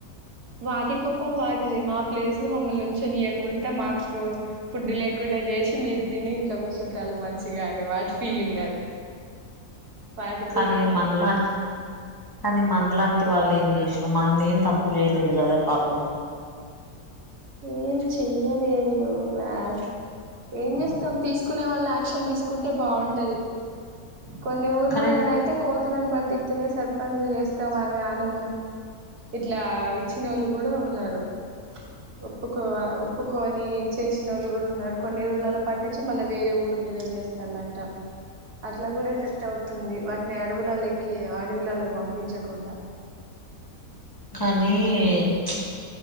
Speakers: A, on the right; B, on the left.
A: వాటి కోపం వాటిది మా ప్లేస్ లో మమ్మల్ని ఉంచనియ్యకుండా మాకు ఫుడ్ లేకుండా చేస్ మీరు తిని ఇంట్లో కూసుంటాన్లు మంచిగా అని వాటి ఫీలింగ్ అది వాటికి
B: కానీ
A: కూడా ఉండదా
B: మనలాంటి కానీ మనలాంటి వాళ్ళు ఏం చేసినం మనం ఏం తప్పు చేయలేదు కదా పాపం
A: ఏం చెయ్యలేదు వాస్ ఏం చేస్తాం తీసుకునే వాళ్లు యాక్షన్ తీసుకుంటే బాగుంటది కొన్ని ఊర్లల్ల
B: కానీ
A: నైతే కోతు లను బట్టిస్తనే సర్పంచ్ చేస్తాం అని ఇట్లా ఇచ్చినోళ్ళు కూడా వు ఉన్నారు ఒప్పుకో ఒప్పుకోని చేసిన వాళ్ళు కూడా ఉన్నారు కొన్ని ఊర్లలో పట్టించి మళ్ళా వేరే ఊరు మీద వదిలేస్తాన్లంట అట్లా కూడా ఎఫెక్ట్ అవుతుంది వాటిని అడవుల లెక్కి అడవులలో పంపించకుండా
B: కానీ ప్చ్